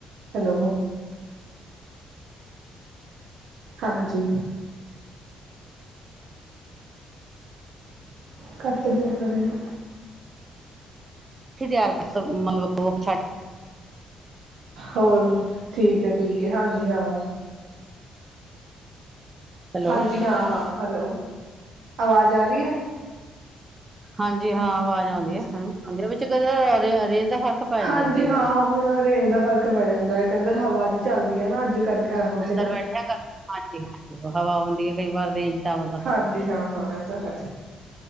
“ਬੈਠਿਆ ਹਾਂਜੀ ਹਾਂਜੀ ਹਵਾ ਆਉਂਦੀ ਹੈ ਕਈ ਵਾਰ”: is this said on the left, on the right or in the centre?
Right